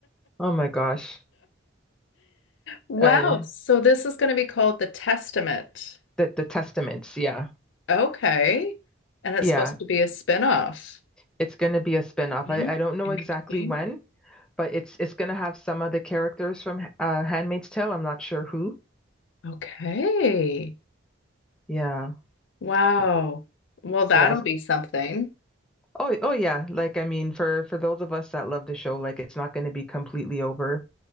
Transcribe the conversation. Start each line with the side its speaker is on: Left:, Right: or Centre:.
Centre: Oh my gosh.
Left: Wow.
Centre: Uh,
Left: So this is gonna be called The Testament.
Centre: the the Testaments, yeah.
Left: Okay. And it's
Centre: Yeah.
Left: supposed to be a spin-off.
Centre: It's gonna be a spin-off.
Left: Yeah,
Centre: I, I don't know
Left: interesting.
Centre: exactly when, but it's it's gonna have some of the characters from uh Handmaid's Tale. I'm not sure who.
Left: Okay.
Centre: Yeah.
Left: Wow.
Centre: Y-
Left: Well, that'll
Centre: Yes.
Left: be something.
Centre: Oh oh yeah. Like I mean for for those of us that love the show, like it's not gonna be completely over.